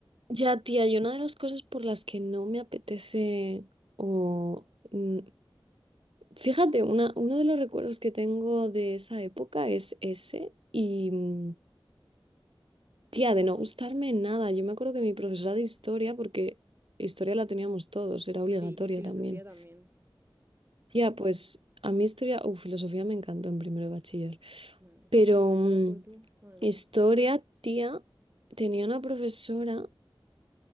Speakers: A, on the right; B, on the right.
A: ya, tía, y una de las cosas por las que no me apetece o... mm, Fíjate, una, uno de los recuerdos que tengo de esa época es ese y, mm, tía, de no gustarme nada. Yo me acuerdo que mi profesora de historia, porque historia la teníamos todos, era
B: Sí,
A: obligatoria
B: y filosofía
A: también.
B: también.
A: Tía, pues a mí historia o filosofía me encantó en primero de bachiller,
B: Madre,
A: pero
B: tú un
A: mm,
B: loco, tú, madre mía.
A: historia, tía, tenía una profesora